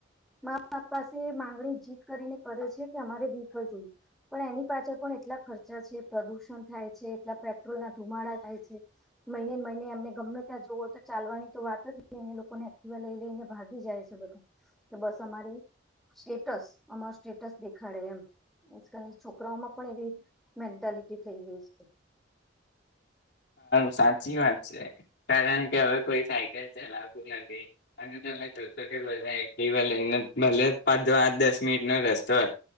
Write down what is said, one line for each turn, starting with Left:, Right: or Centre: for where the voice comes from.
Centre: મા બાપ પાસે માંગણી જીત કરીને કરે છે કે અમારે વ્હીકલ જોયું પણ એની પાછળ પણ એટલા ખર્ચા છે પ્રદુષણ થાય. એટલા પેટ્રોલનાં ધુમાડા થાય છે મહિનેને મહિને એમને ગમે ત્યાં જવઓ તો ચાલવાની તો વાત જ ન લોકોને એક્ટિવા લઈ લઈને ભાગી જાય છે બધા કે બસ અમારી સ્ટેટસ અમાર સ્ટેટસ દેખાડે એમ આજકાલની છોકરાઓમાં પણ એવી મેન્ટાલિટી થઈ ગઈ છે.
Left: સાચી વાત છે, કારણ કે હવે કોઈ સાયકલ ચલાવતું નથી અને તમે જોશો કે બધા એક્ટિવા લઈને ભલે પાંચ દસ મિનિટનો રસ્તો હોય